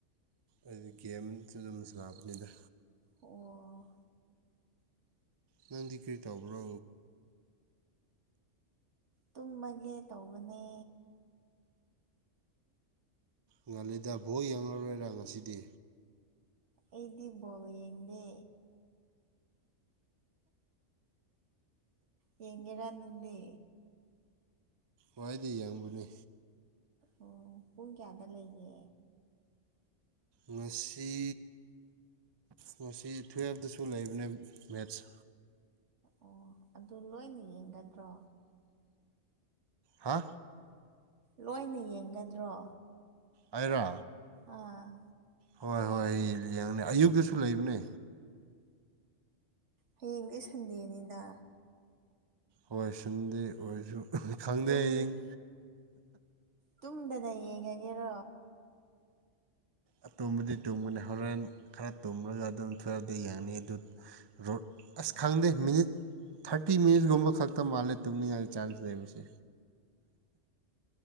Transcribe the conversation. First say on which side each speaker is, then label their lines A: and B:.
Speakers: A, on the right; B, on the right.
A: ꯑꯩꯗꯤ ꯒꯦꯝꯁꯨ ꯑꯗꯨꯝ ꯁꯅꯥꯕꯅꯤꯗ
B: ꯑꯣ
A: ꯅꯪꯗꯤ ꯀꯔꯤ ꯇꯧꯕ꯭ꯔꯣ
B: ꯇꯨꯝꯃꯒꯦ ꯇꯧꯕꯅꯦ
A: ꯉꯟꯂꯤꯗ ꯚꯣ ꯌꯦꯡꯉꯔꯣꯏꯔꯥ ꯉꯁꯤꯗꯤ
B: ꯑꯩꯗꯤ ꯕꯣꯜ ꯌꯦꯡꯗꯦ ꯌꯦꯡꯉꯤꯔꯥ ꯅꯪꯗꯤ
A: ꯋꯥꯏꯗꯤ ꯌꯦꯡꯕꯅꯦ
B: ꯑꯣ ꯄꯨꯡ ꯀꯌꯥꯗ ꯂꯩꯒꯦ
A: ꯉꯁꯤ ꯉꯁꯤ ꯇꯨꯌꯦꯜꯞꯇꯁꯨ ꯂꯩꯕꯅꯦ ꯃꯦꯠꯁ
B: ꯑꯣ ꯑꯗꯨ ꯂꯣꯏꯅ ꯌꯦꯡꯒꯗ꯭ꯔꯣ
A: ꯍꯥ
B: ꯂꯣꯏꯅ ꯌꯦꯡꯒꯗ꯭ꯔꯣ
A: ꯑꯩꯔ
B: ꯑꯥ
A: ꯍꯣꯏ ꯍꯣꯏ ꯌꯦꯡꯅꯤ ꯑꯌꯨꯛꯇꯁꯨ ꯂꯩꯕꯅꯦ
B: ꯍꯌꯦꯡꯗꯤ ꯁꯟꯗꯦꯅꯤꯅ
A: ꯍꯣꯏ ꯁꯤꯟꯗꯦ ꯑꯣꯏꯁꯨ ꯈꯪꯗꯦ
B: ꯇꯨꯝ
A: ꯍꯌꯦꯡ
B: ꯇꯨꯝꯗꯅ ꯌꯦꯡꯉꯒꯦꯔꯣ
A: ꯑꯇꯨꯝꯕꯗꯤ ꯇꯨꯝꯒꯅꯤ ꯍꯣꯔꯦꯟ ꯈꯔ ꯇꯨꯝꯂꯒ ꯑꯗꯨꯝ ꯊꯨꯌ꯭ꯄꯇ ꯌꯥꯡꯅꯤ ꯑꯗꯨ ꯔꯣ ꯑꯁ ꯈꯪꯗꯦ ꯃꯤꯅꯤꯠ ꯊꯥꯔꯇꯤ ꯃꯤꯅꯤꯠꯁꯀꯨꯝꯕ ꯈꯛꯇ ꯃꯥꯜꯂꯦ ꯇꯨꯝꯅꯤꯡꯉꯥꯏ ꯆꯥꯟꯁ ꯂꯩꯕꯁꯦ